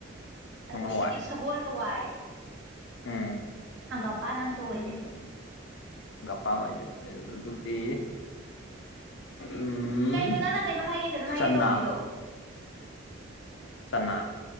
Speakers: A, on the right; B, on the left.
A: ꯑꯗꯒꯤꯗꯤ
B: ꯅꯨꯡ ꯍꯋꯥꯏ
A: ꯁꯒꯣꯜ ꯍꯋꯥꯏ
B: ꯎꯝ
A: ꯍꯪꯒꯥꯝꯄꯥꯟ ꯑꯝꯇ ꯑꯣꯏꯗꯦ
B: ꯄꯥ ꯑꯣꯏꯗꯦ ꯑꯗꯨꯗꯤ ꯎꯝ
A: ꯀꯩꯅꯣ ꯅꯪ ꯀꯩꯅꯣꯝ ꯍꯥꯏ ꯀꯩꯅꫭꯝ ꯍꯥꯏꯒꯦ
B: ꯆꯅꯥ
A: ꯇꯧꯔꯃꯤꯗꯣ
B: ꯆꯥꯅꯥ